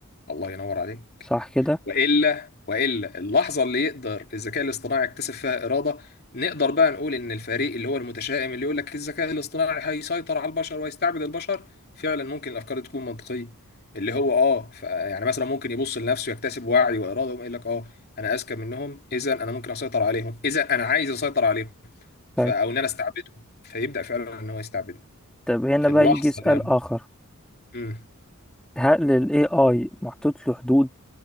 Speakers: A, on the left (about 45°); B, in the centre.
A: الله ينور عليك
B: صح كده
A: والا والا اللحظه اللي يقدر الذكاء الاصطناعي يكتسب فيها اراده نقدر بقى نقول ان الفريق اللي هو المتشائم اللي يقول لك الذكاء الاصطناعي هيسيطر على البشر ويستعبد البشر فعلا ممكن الافكار دي تكون منطقيه اللي هو اه ف- يعني مثلا ممكن يبص لنفسه يكتسب وعي واراده ويقول لك اه انا اذكى منهم اذا انا ممكن اسيطر عليهم اذا انا عايز اسيطر عليهم ف...
B: طيب
A: او ان انا استعبده فيبدا فعلا ان هو يستعبده
B: طب هنا
A: في
B: بقى
A: اللحظه
B: يجي سؤال
A: اللي
B: اخر
A: امم
B: هل ال AI محطوط له حدود